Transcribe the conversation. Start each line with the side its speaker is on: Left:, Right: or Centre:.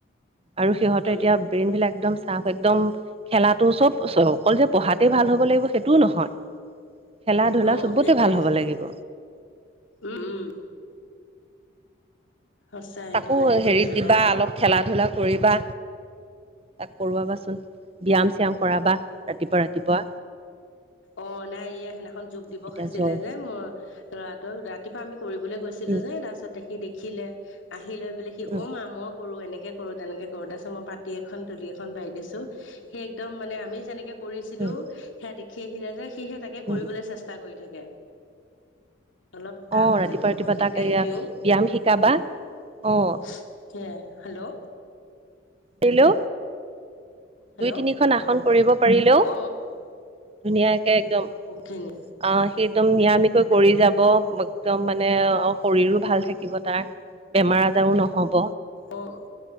Right: আৰু সিহঁতে
Left: উম
Right: এতিয়া ব্ৰেইন বিলাক একদম চাৰ্ফ একদম খেলাটো চ'ব অকল যে পঢ়াতে ভাল হ'ব লাগিব, সেইটোও নহয় খেলা ধূলা
Left: অহ'
Right: চবতে
Left: সেইটোৱে
Right: ভাল হ'ব লাগিব।
Left: উম, উম। সঁচাই সেইটো
Right: তাকো
Left: ভালে কৰিছে
Right: হেৰিত দিবা
Left: বাৰু
Right: অলপ খেলা ধূলাত। কৰিবা, তাক কৰোৱাবাচোন ব্যায়াম-চ্যাম কৰাবা। ৰাতিপুৱা, ৰাতিপুৱা।
Left: অ' নাই এইয়া সেইদিনাখন যোগ দিৱস
Right: এতিয়া
Left: আছিলে
Right: জ্বৰ
Left: যে। মই লৰাটোক ৰাতিপুৱা আমি কৰিবলৈ গৈছিলো
Right: উম,
Left: যে তাৰপিছতে সি দেখিলে আহি লৈ পেলে সি
Right: উম,
Left: অ' মা মই কৰোঁ। এনেকে, কৰো তেনেকে কৰো তাৰপিছত মই পাতি এখন তুলি এখন পাৰি দিছো। সি একদম মানে আমি যেনেকে কৰিছিলো
Right: উম,
Left: সেয়া দেখি আহিলে যে সি হে তাকে
Right: উম।
Left: কৰিবলে চেষ্টা কৰি থাকে। অলপ তাৰ
Right: অ'
Left: মাজে-মাজে
Right: ৰাতিপুৱা ৰাতিপুৱা
Left: মই শিকাইও
Right: তাক এয়া
Left: দিওঁ
Right: ব্যায়াম শিকাবা অ'
Left: সেয়াই। হেল্ল'!
Right: দিলোঁ,
Left: হেল্ল'
Right: দুই-তিনিখন
Left: অ
Right: আসন কৰিব পাৰিলেও
Left: অ
Right: ধুনীয়াকে একদম
Left: বহুতখিনি
Right: আহ সি একদম নিৰামিকৈ কৰি যাব। একদম মানে অ' শৰীৰো ভাল থাকিব তাৰ। বেমাৰ আজাৰো নহ'ব
Left: অ'